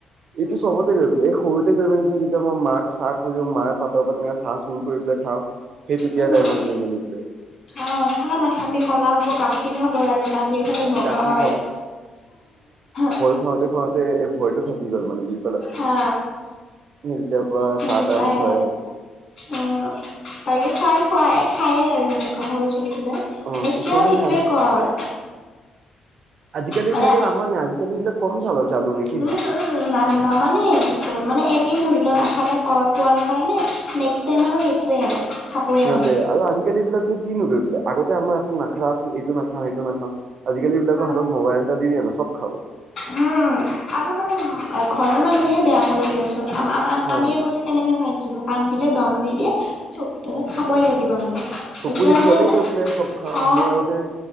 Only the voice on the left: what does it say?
উম
অ', চাহ নাখাবি ক'লা হব গাখীৰ খাব লাগে গাখ গাখীৰ খালে বগা
হয়। <unintelligible>
হা
সেনেকুৱাই
অ', বাকী খুৱাই-খুৱাই খায়ে আৰু সেনেকোৱা সৰু ছোৱালীবিলাক।
এতিয়াও
সেইটোৱে
কয়।
মানে
উম-উম। না নামানে গৈ মানে এদিন ধৰি লওঁ নাখালে কৈ কোৱাৰ কাৰণে, নেক্সট টাইম আৰু সেইটোৱে আৰু। খাবয়ে
মানে।
অ
উম। আৰু মানে ঘৰৰ মানুহে বেয়া কৰি দিয়াচোন আম-আম-আমি
আগতে কেনেকে খাইছিলোঁ। কান্দিলে দম দি দিয়ে চুপ, তাছত খাবই লাগিব মানে।
এতিয়া
মানে
অ